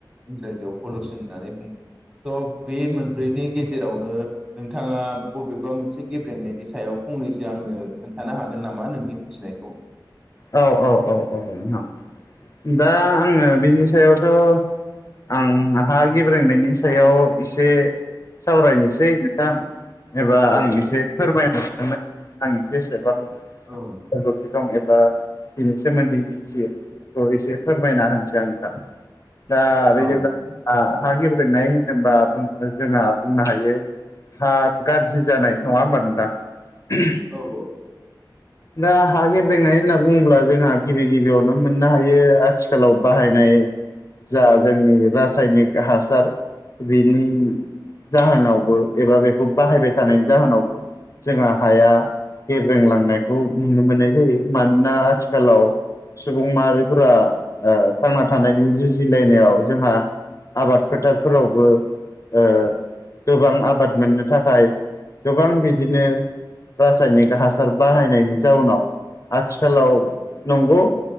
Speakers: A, on the right (about 15°); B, on the left (about 40°).
A: इंराजियाव पलुसन होननानै बुङो थ' बे मोन ब्रैनि गेजेरावनो नोंथांआ बबेबा मोनसे गेब्रेंनायनि सायाव फंनैसो आंनो खोन्थानो हागोन नामा नोंनि मिथिनायखौ
B: औ औ औ औ नोंथां दा आङो बिनि सायावथ' आं हा गेब्रेंनायनि सायाव एसे सावरायनोसै नोंथां एबा
A: औ
B: आं
A: औ
B: एसे फोरमायनो सनाय आं जेसेबां
A: औ
B: रोंगौथि दं एबा बिनि सोमोन्दै मिथियो बेखौ एसे फोरमायना होनोसै आं नोंथां दा
A: औ
B: बिदिबा हा गेब्रेंनाय होनोबा जोंहा बुंनो हायो हा गाज्रि जानाय नङा होमबा नोंथां
A: औ औ
B: दा हा गेब्रेंनाय होनना बुङोब्ला जोंहा गिबि गिबिआवनो मोननो हायो आथिखालाव बाहायनाय जा जोंनि रासायनिक हासार बिनि जाहोनावबो एबा बेखौ बाहायबाय थानायनि जाहोनावबो जोंहा हाया गेब्रेंलांनाय खौ नुनो मोननाय जायो मानोना आथिखालाव सुबुं माहारिफ्रा ओ थांना थानायनि जुजिलायनायाव जोंहा आबाद फोथारफोरावबो ओ गोबां आबाद मोननो थाखाय गोबां बिदिनो रासायनिक हासार बाहायनायनि जाउनाव आथिख आथिखालाव नंगौ